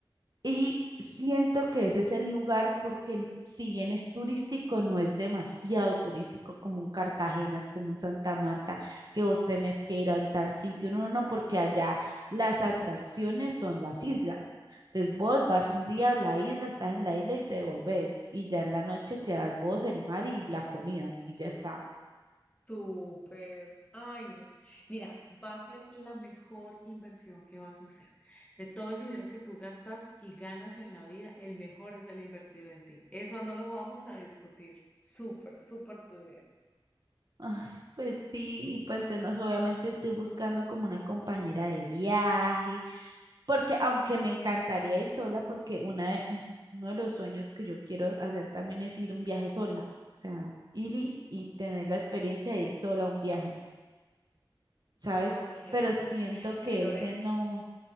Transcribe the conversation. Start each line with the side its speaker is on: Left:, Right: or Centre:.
Right: Y siento que ese es el lugar porque si bien es turístico, no es demasiado turístico como un Cartagena, es como un Santa Marta, que vos tenés que ir a un tal sitio. No, no, no, porque allá las atracciones son las islas. Entonces vos vas un día a la isla, estás en la isla y te volvés. Y ya en la noche quedas vos, el mar y la comida y ya está.
Left: Súper. Ay, no. Mira, va a ser la mejor inversión que vas a hacer. De todo el dinero que tú gastas y ganas en la vida, el mejor es el invertido en ti. Eso no lo vamos a discutir. Súper, súper tu idea.
Right: Ay, pues sí, y pues entonces no sé, obviamente estoy buscando como una compañera de viaje, porque aunque me encantaría ir sola, porque una de- uno de los sueños que yo quiero hacer también es ir un viaje sola, o sea, ir y, y tener la experiencia de ir sola a un viaje, ¿sabes?
Left: Ok.
Right: Pero siento
Left: Mi
Right: que
Left: Lore,
Right: ese no,